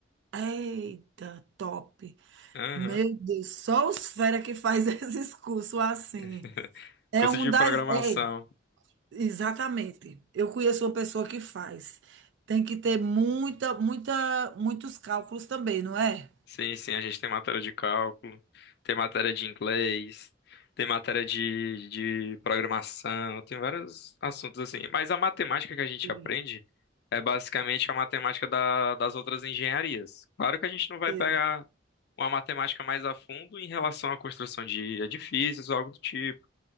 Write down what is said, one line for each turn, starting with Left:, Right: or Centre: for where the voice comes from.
Right: Eita, top.
Left: Aham.
Right: Meu Deus, só os fera que faz <laughs> esses cursos assim.
Left: <laughs>
Right: É
Left: Curso
Right: um
Left: de
Right: das...
Left: programação.
Right: Ei, exatamente. Eu conheço uma pessoa que faz. Tem que ter muita, muita, muitos cálculos também, não é?
Left: Sim, sim, a gente tem matéria de cálculo, tem matéria de inglês, tem matéria de, de programação, tem vários assuntos assim. Mas a matemática que a gente
Right: Sei,
Left: aprende é basicamente a matemática da- das outras engenharias. Claro que a gente não vai
Right: sei.
Left: pegar uma matemática mais a fundo em relação à construção de edifícios ou algo do tipo,